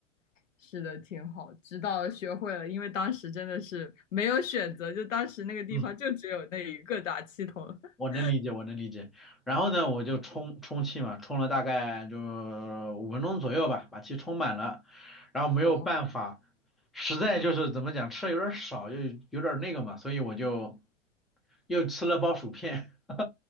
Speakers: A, on the left; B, in the centre.
A: 是的，挺好，直到学会了，因为当时真的是没有选择，就当时那个地方就只有那一个打气筒。
B: 嗯。
A: <laughs>
B: 我能理解，我能理解。然后呢，我就充充气嘛，充了大概就五分钟左右吧，把气充满了。然后没有办法，
A: 哦，
B: 实在就是怎么讲，吃的有点少，又有点那个嘛，所以我就又吃了包薯片。<laughs>